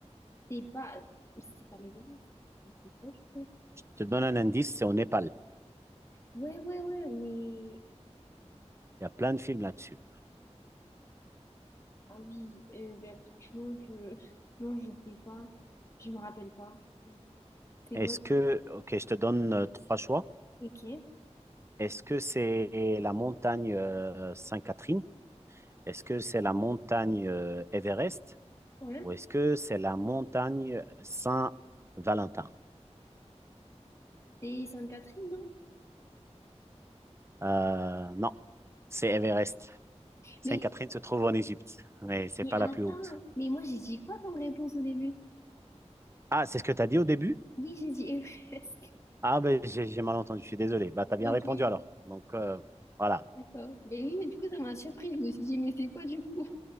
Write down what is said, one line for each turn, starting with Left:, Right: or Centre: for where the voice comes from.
Left: c'est pas, c'est pas l'Everest. Ah, C'est quoi, je crois?
Right: Je te donne un indice, c'est au Népal.
Left: Ouais, ouais, ouais, mais,
Right: Il y a plein de films là-dessus.
Left: ah oui, euh, ben, franchement, je, non, je sais pas, je me rappelle pas. Je- C'est
Right: Est-ce
Left: quoi?
Right: que, ok, je te donne euh, trois choix.
Left: Ok,
Right: Est-ce que c'est la montagne euh, Sainte-Catherine? Est-ce que c'est la montagne euh, Everest?
Left: ouais.
Right: Ou est-ce que c'est la montagne Saint-Valentin?
Left: C'est Sainte-Catherine, non?
Right: Euh, non, c'est Everest. Sainte-Catherine
Left: Mais,
Right: se trouve en Égypte, mais c'est
Left: mais
Right: pas
Left: attends,
Right: la plus haute.
Left: mais moi j'ai dit quoi comme réponse au début?
Right: Ah, c'est ce que tu as dit au début?
Left: Oui, j'ai dit Everest. <laughs>
Right: Ah, ben j'ai j'ai mal entendu, je suis désolé. Bah, tu as bien
Left: Ok,
Right: répondu
Left: ok,
Right: alors. Donc, euh, voilà.
Left: d'accord. Mais oui, mais du coup, ça m'a surprise. Je me suis dit, mais c'est quoi du coup?